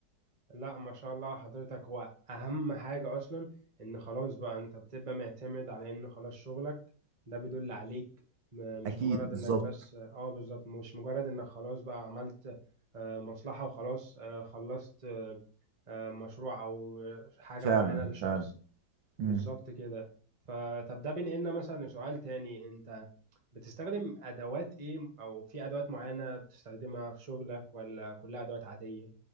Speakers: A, on the right; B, on the right.
A: لا ما شاء الله على حضرتك هو اهم حاجة اصلا ان خلاص بقى انت بتبقى معتمد على ان خلاص شغلك ده بيدل عليك م- مش
B: اكيد
A: مجرد
B: بالظبط
A: انك بس اه بالظبط مش مجرد انك خلاص بقى عملت آه، مصلحة وخلاص آه، خلصت آه، آه، مشروع او حاجة
B: فعلا
A: معينة لشخص
B: فعلا مم.
A: بالظبط كده فطب ده بينقلنا مثلا لسؤال تاني انت بتستخدم ادوات ايه او في ادوات معينة بتستخدمها في شغلك ولا كلها ادوات عادية